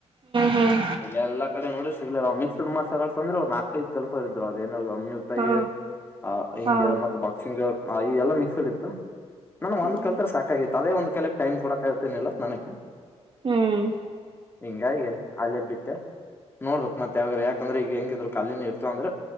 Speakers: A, on the right; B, on the left.
A: ಹ್ಮ್
B: ಇ ಎಲ್ಲಾ ಕಡೆ ನೋಡಿ ಸಿಗ್ಲಿಲ್ಲ ಮಿಕ್ಸ್ಡ್ ಮಾರ್ಸಲ್ ಅಂದ್ರೆ ಅವ್ ನಾಕೈಐದ ಕೆಲಸವರ ಇದ್ರು ಅದೇನ ಅಮ್ಮಿ ತಾಯಿ
A: ಹಾ
B: ಅ ಹಿಂಗ
A: ಹಾ
B: ಮತ್ತ ಬಾಕ್ಸಿಂಗ್ ಹ ಇ ಎಲ್ಲ ಮಿಕ್ಸ್ಡ್ ಇತ್ತು ನಮಗೆ
A: ಹ್ಮ್
B: ಒಂದ್ ಕಲ್ತ್ರ ಸಾಕಾಗಿತ್ತು ತದೇ ಒಂದ್ ಕಲೆಕ್ ಟೈಮ್ ಕೊಡಕ ಆಗತೇನಿಲ್ಲತ್ ನನಗ
A: ಹ್ಮ್
B: ಹಿಂಗಾಗಿ ಅಲ್ಲಿಬ್ಬಟ್ಟೆ ನೋಡ್ಬೇಕ್ ಮತ್ತೆ ಯಾವಾಗ್ರ ಯಾಕಂದ್ರೆ ಈಗ ಹೆಂಗಿದ್ರು ಖಾಲನ ಇರ್ತವ ಅಂದ್ರ